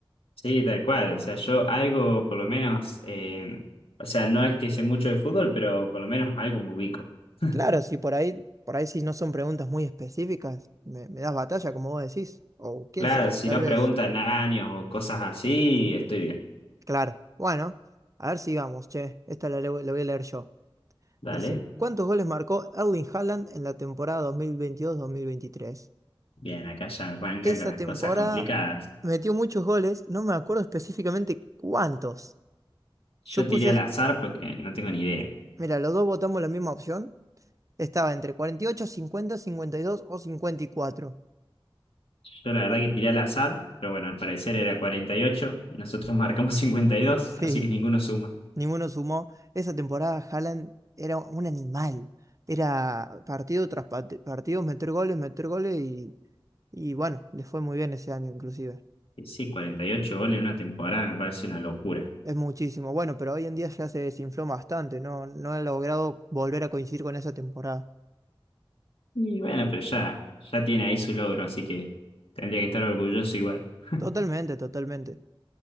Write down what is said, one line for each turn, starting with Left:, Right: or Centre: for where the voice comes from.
Left: Sí, tal cual. O sea, yo algo, por lo menos, eh, o sea, no es que sé mucho de fútbol, pero por lo menos algo me ubico. <laughs>
Right: Claro, si por ahí, por ahí si no son preguntas muy específicas, me, me das batalla, como vos decís. O quién
Left: Claro,
Right: sabe,
Left: si
Right: tal
Left: no
Right: vez.
Left: preguntan años o cosas así, estoy bien.
Right: Claro. Bueno, a ver, sigamos, che. Esta la, leo- la voy a leer yo.
Left: Dale.
Right: Dice, ¿cuántos goles marcó Erling Haaland en la temporada dos dos mil veintidós mil veintitrés
Left: Bien, acá ya arrancan
Right: Esa
Left: con las
Right: temporada
Left: cosas complicadas.
Right: metió muchos goles, no me acuerdo específicamente cuántos. Yo
Left: Yo
Right: puse
Left: tiré al azar porque no tengo ni idea.
Right: Mira, los dos votamos la misma opción. Estaba entre cuarenta y ocho, cincuenta, cincuenta y dos o 54.
Left: Yo la verdad que tiré al azar, pero bueno, al parecer era cuarenta y ocho Nosotros marcamos <laughs> cincuenta y dos
Right: Sí,
Left: así que ninguno suma.
Right: ninguno sumó. Esa temporada Haaland era un animal. Era partido tras pat- partido, meter goles, meter goles y, y bueno, le fue muy bien ese año inclusive.
Left: Y sí, 48 goles en una temporada me parece una locura.
Right: Es muchísimo. Bueno, pero hoy en día ya se desinfló bastante. No, no ha logrado volver a coincidir con esa temporada.
Left: Y bueno, pero ya, ya tiene ahí su logro, así que tendría que estar orgulloso igual. <laughs>
Right: Totalmente, totalmente.